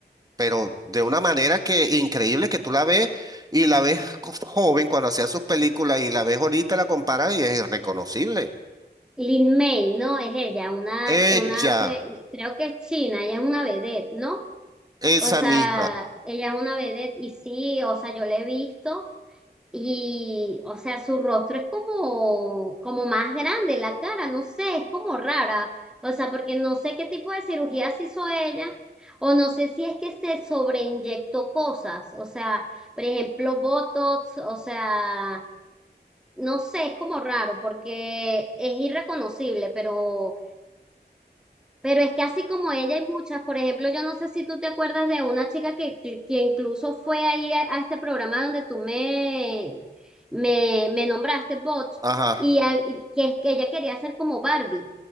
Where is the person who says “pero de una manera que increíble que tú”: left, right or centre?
Right